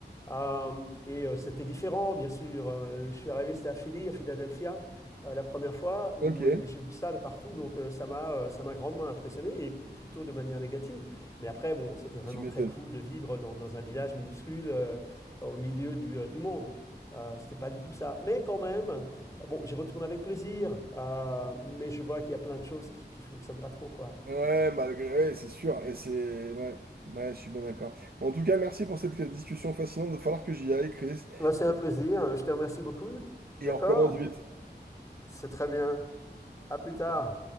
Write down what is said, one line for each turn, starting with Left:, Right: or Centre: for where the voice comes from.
Left: Euh, et euh, c'était différent, bien sûr. Euh, je suis arrivé, c'était à Philly, à Philadelphia, euh, la première fois, où
Right: Ok,
Left: et j'ai vu ça de partout. Donc euh, ça m'a euh, ça m'a grandement impressionné, et plutôt de manière négative. Mais après, bon, c'était vraiment
Right: tu m'étonnes.
Left: très cool de vivre dans, dans un village minuscule euh, au milieu du, euh, du monde. Euh, c'était pas du tout ça. Mais quand même, bon, j'y retourne avec plaisir, euh, mais je vois qu'il y a plein de choses qui, qui fonctionnent pas trop, quoi.
Right: Ouais, malgré, ouais, c'est sûr, et c'est... Ouais, ouais, je suis bien d'accord. En tout cas, merci pour cette discussion fascinante, il va falloir que j'y aille, Chris,
Left: Bah, c'est un plaisir. Je te remercie beaucoup.
Right: et
Left: D'accord
Right: on recommence vite.
Left: C'est très bien. À plus tard.